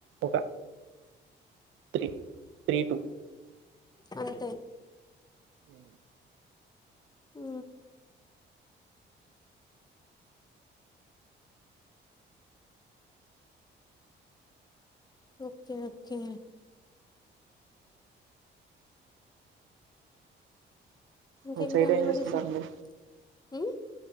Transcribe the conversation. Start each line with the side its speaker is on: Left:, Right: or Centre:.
Right: ఒక త్రీ త్రీ టూ
Left: అంతే
Right: ఏ
Left: హ ఓకే ఓకే ఇంకేంటండి
Right: మీ సైడ్ ఏం
Left: మరి
Right: చేస్తుంటారండి
Left: హ